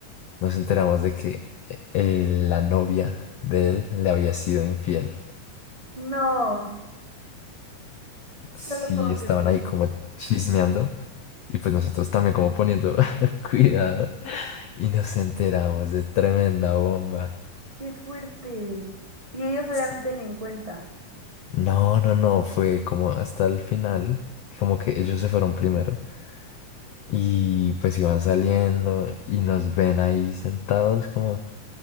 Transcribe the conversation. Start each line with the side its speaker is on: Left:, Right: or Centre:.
Left: nos enteramos de que eh, eh, la novia de él le había sido infiel.
Right: no,
Left: Sí,
Right: no lo puedo
Left: estaban
Right: creer.
Left: ahí como chismeando y pues nosotros también como poniendo <laughs> cuidado y nos enteramos de tremenda bomba.
Right: Qué fuerte. Y ellos obviamente
Left: S-
Right: ni en cuenta.
Left: No, no, no, fue como hasta el final, como que ellos se fueron primero y pues iban saliendo y nos ven ahí sentados como...